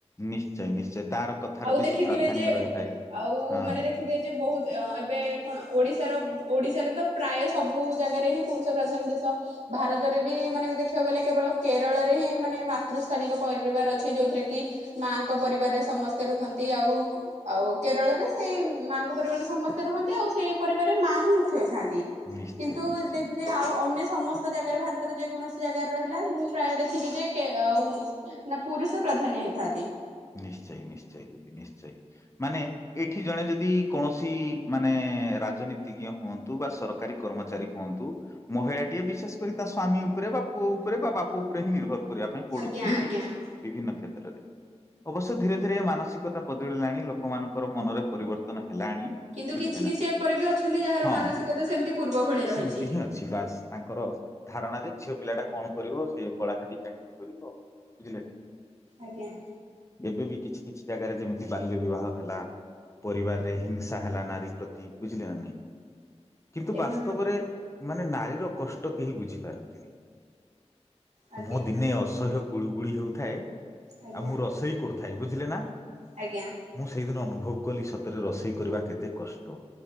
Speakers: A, on the left (about 25°); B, on the right (about 85°).
A: ନିଶ୍ଚୟ ନିଶ୍ଚୟ ତାର କଥାର ବେଶୀ
B: ଦେଖିଥିବେ
A: ପ୍ରାଧାନ୍ୟ
B: ଯେ
A: ରହିଥାଏ।
B: ଆଉ
A: ହଁ
B: ମାନେ ଦେଖିଦିେ ଯେ ବହୁତ ଏବେ କଣ ଓଡିଶାର ଓଡିଶାରେ ତ ପ୍ରାୟ ସବୁ ଜାଗାରେ ହିଁ ପୁରୁଷ ପ୍ରଧାନ ଦେଶ ଭାରତରେ ବି ମାନେ ଦେଖିବାକୁ ଗଲେ କେବଳ କେରଳରେ ହିଁ ମାନେ ମାତୃସ୍ଥାନିକ ପରିବାର ଅଛି ଯୋଉଥିରେ କି ମାଙ୍କ ପରିବାରରେ ସମସ୍ତେ ରୁହନ୍ତି ଆଉ ଆଉ। କେରଳରେ ସେଇ ମାଆଙ୍କ ପରିବାରରେ ସମସ୍ତେ ରୁହନ୍ତି ଆଉ ସେଇ ପରିବାରରେ ମା ହିଁ ମୁଖ୍ୟ ହୋଇଥାନ୍ତି।
A: ନିଶ୍ଚୟ
B: କିନ୍ତୁ
A: ନିଶ୍ଚୟ
B: ଦେଖଥ
A: ନିଶ୍ଚୟ
B: ଆଉ ଅନ୍ୟ ସମସ୍ତ ଜାଗାରେ ଭାରତର ଯେ କୌଣସି ଜାଗାରେ ରହିଲା ମୁଁ ପ୍ରାୟ ଦେଖିଛି ଯେ ଆଉ ନା ପୁରୁଷ ପ୍ରାଧାନ୍ୟ ହେଇଥାନ୍ତି।
A: ନିଶ୍ଚୟ ନିଶ୍ଚୟ ଦିଦି ନିଶ୍ଚୟ ମାନେ ଏଠି ଜଣେ ଯଦି କୌଣସି ମାନେ ରାଜନୀତିଜ୍ଞ ହୁଅନ୍ତୁ ବା ସରକାରୀ କର୍ମଚାରୀ ହୁଅନ୍ତୁ। ମହିଳାଟିଏ ବିଶେଷ କରି ତା ସ୍ଵାମୀ ଉପରେ ବା ପୁଅ ଉପରେ ବାପା ଉପରେ ହିଁ ନିର୍ଭର କର କରିବା ପାଇଁ ପଡୁଛି
B: ଆଜ୍ଞା
A: ନାଇ
B: ଆଜ୍ଞା।
A: କି ବିଭିନ୍ନ କ୍ଷେତ୍ରରେ। ଅବଶ୍ୟ ଧୀରେ ଧୀରେ ମାନସିକତା ବଦଳିଲାଣି ଲୋକମାନଙ୍କ ମନରେ ପରିବର୍ତ୍ତନ ହେଲାଣି
B: କିନ୍ତୁ
A: ବୁଝିଲେ
B: କିଛି
A: ନା
B: କିଛି ଏପରି ବି ଅଛନ୍ତି ଯାହାର
A: ହଁ
B: ମାନସିକତା ସେମିତି ପୂର୍ବ ଭଳି ରହିଛି।
A: ସେମିତି ହିଁ ଅଛି। ଶିବାସ <inaudible> ତାଙ୍କର ଧାରଣା ଯେ ଝିଅ ପିଲା ଟା କଣ କରିବ ସେ କଳାହାଣ୍ଡି ଚାକିରି କରିବ ବୁଝିଲେ ନା।
B: ଆଜ୍ଞା।
A: ଏବେ ବି କିଛି କିଛି ଜାଗାରେ ଯେମିତି ବାଲ୍ୟ ବିବାହ ହେଲା। ପରିବାର ରେ ହିଂସା ହେଲା ନାରୀ ପ୍ରତି ବୁଝିଲେ ନା ନାଇଁ। କିନ୍ତୁ ବାସ୍ତବରେ
B: ଏବେ
A: ମାନେ ନାରୀର କଷ୍ଟ ତ କେହି ବୁଝି ପାରନ୍ତିନି
B: ଆଜ୍ଞା
A: ମୁଁ ଦିନେ ଅସହ୍ୟ ଗୁଳୁଗୁଳି ହେଉଥାଏ
B: ଆଜ୍ଞା
A: ଆଉ ମୁଁ ରସଇ କରୁଥାଏ ବୁଝିଲେ ନା।
B: ଆଜ୍ଞା।
A: ମୁଁ ସେଇଦିନ ଅନୁଭବ କଲି ସତରେ ରୋଷେଇ କରିବା କେତେ କଷ୍ଟ।